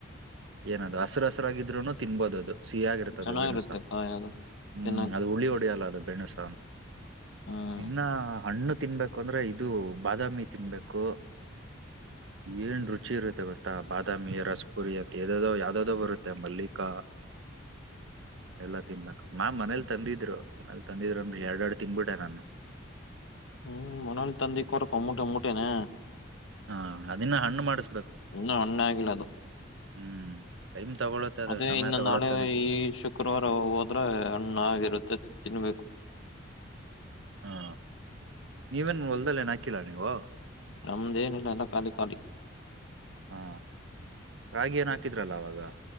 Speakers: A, on the right (about 70°); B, on the left (about 70°).
A: ಏನದು ಹಸರು ಹಸರಾಗಿದ್ರರುನು ತಿನ್ಬೋದ ಅದು ಸಿಹಿಯಾಗಿರುತ್ತದೆ
B: ಚೆನ್ನಾಗಿರುತ್ತೆ
A: ಬೆಣಸ
B: ಕಾಯಿ ಅದು
A: ಹ್ಮ್
B: ತಿನ್ನಕ್ಕೆ
A: ಅದು ಉಳ್ಳಿ ಒಳ್ಳ ಡಿ ಅಲ್ಲದು ಬೇಣಸ
B: ಹ್ಮ್
A: ಇನ್ನ ಹಣ್ಣು ತಿನ್ಬೇಕು ಅಂದ್ರೆ ಇದು ಬಾದಾಮಿ ತಿನ್ಬೇಕು ಏನ್ ರುಚಿ ಇರುತ್ತೆ ಗೊತ್ತಾ ಬಾದಾಮಿ ರಸಪುರಿ ಅಂತೋ ಯಾವ್ದ್ದೋ ಬರುತ್ತೆ ಮಲ್ಲಿಕ ಎಲ್ಲ ತಿನ್ಬೇಕು ನಾನ್ ಮನೇಲ್ ತಂದಿದ್ರು ಮನೇಲ್ ತಂದಿದ್ರು ಅನ್ರು ಎರಡ್ರಡ್ ತಿಂದ್ಬಿಟ್ಟೆ ನಾನು
B: ಹ್ಮ್ ಮನೆಯಲ್ಲಿ ತಂದಿಕ್ಕೊರಪ್ಪ ಮುಟೆ ಮೂಟೆನೆ ನಾ
A: ಹಾ ಅದನ್ನ ಹಣ್ಣು ಮಾಡಸ್
B: ಇನ್ನು ಹಣ್ಣಗಿಲ್ಲ ಅದು
A: ಹ್ಮ್ ಟೈಮ್ ತಗೊಳುತ್ತೆ ಅದು
B: ಅದೇ
A: ಸಮಯ
B: ಇನ್ನು
A: ತಗೊಳುತ್ತೆ
B: ನಾನು
A: ಅದಕ್ಕೆ
B: ಈ ಶುಕ್ರವಾರ ಹೋದ್ರೆ ಹಣ್ಣಾಗಿರುತ್ತೆ ತಿನ್ನಬೇಕು
A: ಹಾ ನೀವೇನ್ ಹೊಲ್ದದಲ್ಲಿ ಏನ ಹಾಕಿಲ್ಲ ನೀವು
B: ನಮ್ದೇನಿಲ್ಲ ಎಲ್ಲ ಕಾಲಿ ಕಾಲಿ
A: ಹಾ ರಾಗಿ ಏನ್ ಹಾಕಿದ ಇದ್ರಲ್ಲ ಅವವಾಗ